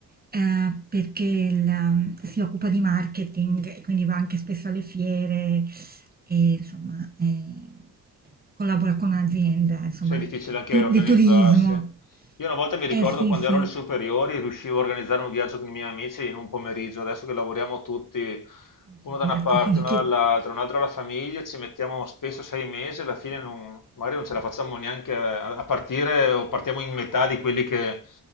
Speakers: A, on the right; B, on the left.
A: eh, perché il- si occupa di marketing, e quindi va anche spesso alle fiere e insomma eh, collabora con un'azienda, insomma,
B: sai, è difficile anche
A: tu-
B: organizzarsi.
A: di turismo.
B: Io una volta mi ricordo
A: Eh sì,
B: quando
A: sì,
B: ero alle superiori, riuscivo a organizzare un viaggio con i miei amici in un pomeriggio. Adesso che lavoriamo tutti, uno
A: figurati
B: da una parte, uno
A: <laughs> che...
B: dall'altra, un altro alla famiglia, ci mettiamo spesso sei mesi, alla fine non- magari non ce la facciamo neanche a a partire o partiamo in metà di quelli che,